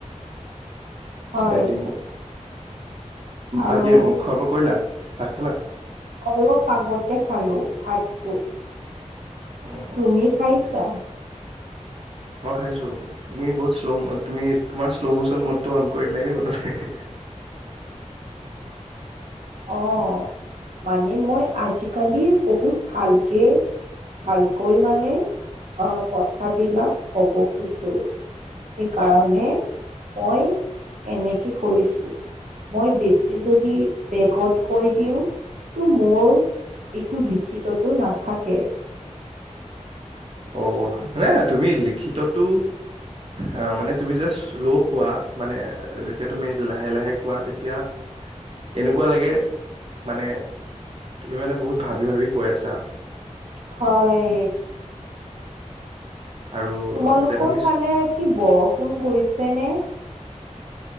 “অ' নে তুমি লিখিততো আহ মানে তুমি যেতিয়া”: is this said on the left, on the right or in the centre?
Right